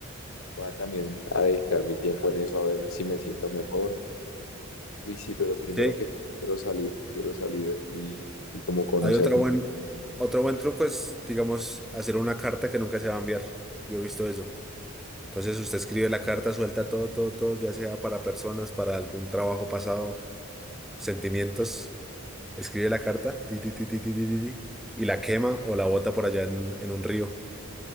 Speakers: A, on the left; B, in the centre.
A: Voy a también a dedicar mi tiempo en eso, a ver si me siento mejor. Uy, sí, pero primero
B: Sí,
A: que quiero salir, quiero salir y, y como conocer.
B: hay otra buen, otro buen truco es, digamos, hacer una carta que nunca se va a enviar. Yo he visto eso. Entonces usted escribe la carta, suelta todo, todo, todo, ya sea para personas, para algún trabajo pasado, sentimientos. Escribe la carta, ti, ti, ti, ti, ti, ti, ti, ti, y la quema o la bota por allá en, en un río.